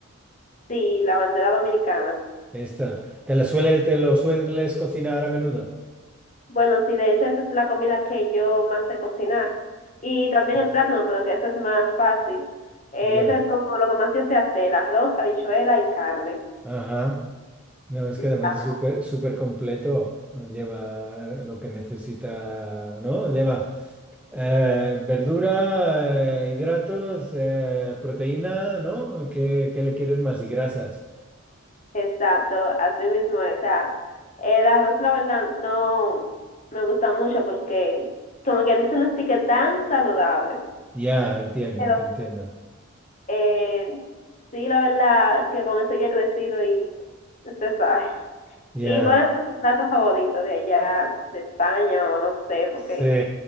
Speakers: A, on the left (about 35°); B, in the centre.
A: sí, la bandera dominicana.
B: Esta, ¿te la suele, te lo sueles cocinar a menudo?
A: Bueno, sí, de hecho esa es la comida que yo más sé cocinar. Y también
B: No.
A: el plátano, pero que eso es más fácil. Eso
B: Ya,
A: es como lo que más yo sé hacer, arroz, habichuela y carne.
B: Ajá. No, es
A: Exacto.
B: que además es súper súper completo, lleva lo que necesita, ¿no? Lleva Eh, verdura, eh, hidratos, eh, proteína, ¿no? ¿Qué, qué le quieres más? Y grasas.
A: Exacto, así mismo. O sea, el arroz la verdad no me gusta mucho porque como quien dice no es que tan saludable.
B: Ya, entiendo,
A: Pero
B: te entiendo.
A: eh, sí, la verdad que con eso yo he crecido y usted sabe.
B: Ya,
A: ¿Y cuál es tu plato favorito de allá, de España o no sé, porque...
B: Sí.